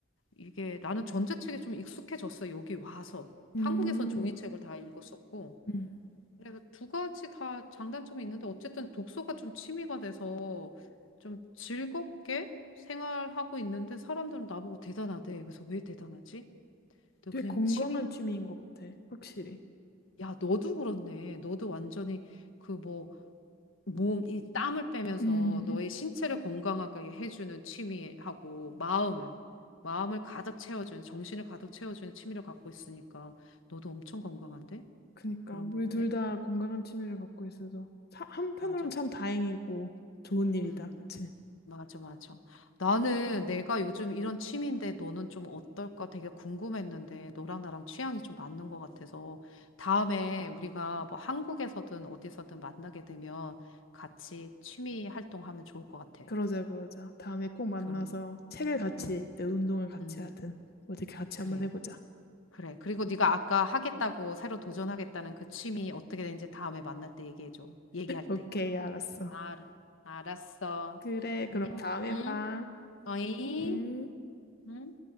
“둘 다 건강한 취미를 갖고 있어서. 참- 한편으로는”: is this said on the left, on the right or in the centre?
Left